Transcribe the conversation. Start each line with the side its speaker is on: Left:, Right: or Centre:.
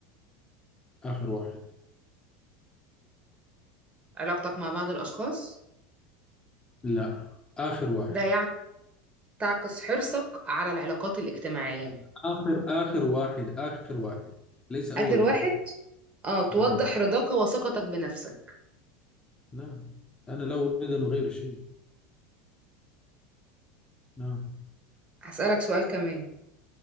Left: آخر واحد
Right: علاقتك مع بعض الاشخاص
Left: لا آخر واحد
Right: ده يع- تعكس حرصك على العلاقات الاجتماعية
Left: آخر آخر واحد آخر واحد ليس أول
Right: اخر
Left: واحد
Right: واحد اه توضح
Left: نعم
Right: رضاك وثقتك بنفسك
Left: نعم أنا لا أريد أن أغير شيء نعم
Right: هسألك سؤال كمان